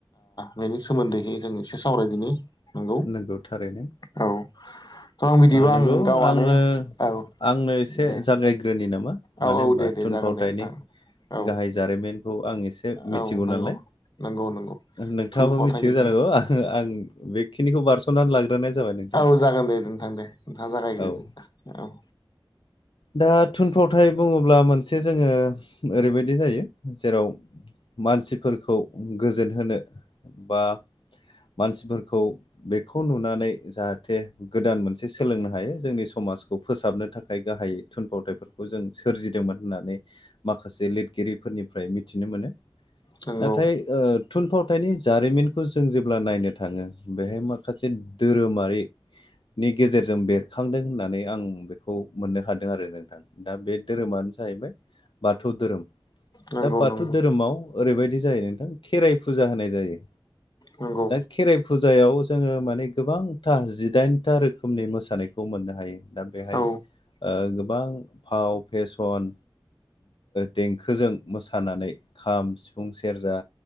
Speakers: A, on the left; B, on the left.
A: बेनि सोमोन्दैहै जों एसे सावरायदिनि नंगौ
B: नोंगौ थारैनो
A: औ थ' आं बिदिबा
B: नंगौ
A: आं गावआनो
B: आंनो
A: औ
B: आंनो एसे
A: दे
B: जागायग्रोनि नामा?
A: औ
B: मानो
A: औ
B: होनबा
A: दे दे
B: थुनफावथायनि
A: जागोन दे नोंथां औ
B: गाहाय जारिमिनखौ आं एसे एसे मिथिगौ
A: औ नंगौ
B: नालाय
A: नंगौ नंगौ
B: नोंथाङाबो
A: थुनफावथायनिखौनो
B: मिथिगौ जानांगौ आ आं बेखिनिखौ बारस'नानै लाग्रोनाय जाबाय नों
A: औ जागोन दे नोंथां दे नोंथाङा जागायग्रोदो
B: औ
A: औ
B: दा थुनफावथाय बुङोब्ला मोनसे जोङो ओरैबायदि जायो जेराव मानसिफोरखौ गोजोन होनो बा मानसिफोरखौ बेखौ नुनानै जाहाथे गोदान मोनसे सोलोंनो हायो जोंनि समाजखौ फोसाबनो थाखाय गाहायै। थुनफावथायफोरखौ जों सोरजिदोंमोन होननानै माखासे लिरगिरिफोरनिफ्राय मिथिनो मोनो।
A: नंगौ
B: नाथाय थुनफावथायनि जारिमिनखौ जों जेब्ला नायनो थाङो। बेहाय माखासे धोरोमारि नि गेजेरजों बेरखांदों होननानै आं बेखौ मोननो हादों आरो नोंथां। दा बे धोरोमानो जाहैबाय बाथौ धोरोम
A: नंगौ
B: दा बाथौ
A: नंगौ
B: धोरोमाव ओरैबायदि जायो नोंथां खेराइ फुजा होनाय जायो
A: नंगौ
B: दा। खेराइ फुजायाव जोङो माने गोबांथा जिदाइनथा रोखोमनि मोसानायखौ मोननो हायो। दा बेहाय
A: औ
B: गोबां फाव फेसन देंखोजों मोसानानै खाम सिफुं सिफुं सेरजा